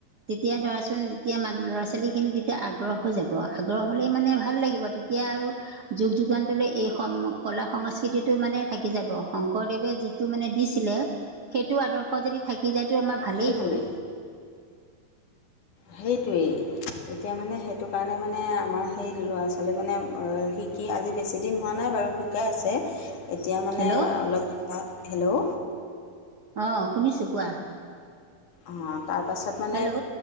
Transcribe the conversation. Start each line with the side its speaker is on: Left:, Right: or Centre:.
Right: তেতিয়া ধৰাচোন এতিয়া মানে ধৰা চোন - ল'ৰা-ছোৱালীখিনি তেতিয়া আগ্ৰহ হৈ যাব, আগ্ৰহ হ'লেই মানে ভাল লাগিব তেতিয়া আৰু- যুগ যুগান্তৰলৈ এই কলা সংস্কৃতিটো মানে থাকি যাব। শংকৰদেৱে যি- সেইটো মানে দিছিলে সেইটো আদৰ্শ যদি থাকি যায় তো আমাৰ ভালেই
Left: সেইটোৱে
Right: হ'ল।
Left: সেইটোৱেই। এতিয়া মানে সেইটো কাৰণে মানে আমাৰ সেই ল'ৰা-ছোৱালী মানে শিকি আজি বেছিদিন হোৱা নাই বাৰু। ঠিকে আছে। এতিয়া মানে
Right: হেল্ল'
Left: অলপ দিন বাত হেল্ল'।
Right: অঁ শুনিছোঁ কোৱা?
Left: অঁ তাৰপাছত মানে
Right: হেল্ল'